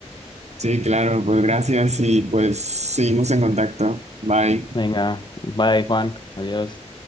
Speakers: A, on the right; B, on the left.
A: Sí, claro, pues gracias y pues seguimos en contacto. Bye.
B: Venga, bye Juan, adiós.